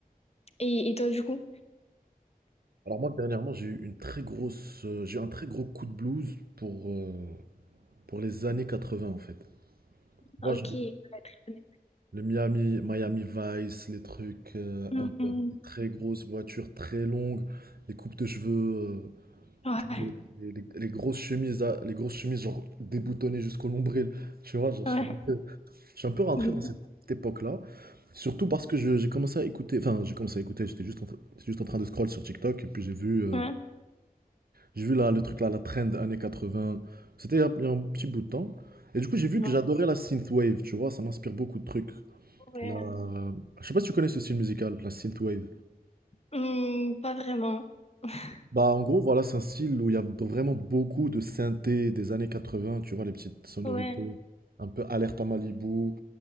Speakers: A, on the left; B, on the right.
A: Et, et toi, du coup?
B: Alors moi dernièrement, j'ai eu une très grosse euh, j'ai eu un très gros coup de blues pour euh, pour les années 80 en fait.
A: Ah,
B: Moi,
A: Ok. Ouais, très bonne époque.
B: Le Miami, Miami Vice, les trucs, euh,
A: Hum,
B: un peu
A: hum.
B: avec des très grosses voitures très longues, les coupes de cheveux, euh,
A: Ouais,
B: tu vois, les, les- les grosses chemises, à- les grosses chemises genre déboutonnées jusqu'au nombril. Tu vois, genre, je
A: ouais.
B: suis un peu, je suis un peu rentré
A: Oui.
B: dans cette époque-là. Surtout parce que je- j'ai commencé à écouter, enfin j'ai commencé à écouter, j'étais juste en, tra- j'étais juste en train de scroll sur TikTok et puis j'ai vu, euh,
A: Ouais.
B: j'ai vu là, le truc là, la trend années 80, c'était il y a, il y a un petit bout de temps. Et du coup j'ai vu
A: Ouais.
B: que j'adorais la synthwave, tu vois, ça m'inspire beaucoup de trucs.
A: Ouais.
B: La- Je sais pas si tu connais ce style musical, la synthwave.
A: Hum, pas vraiment. <laughs>
B: Bah en gros voilà c'est un style où il y a vraiment beaucoup de synthé des années quatre-vingts tu vois les petites sonorités,
A: Ouais.
B: un peu alerte à Malibu,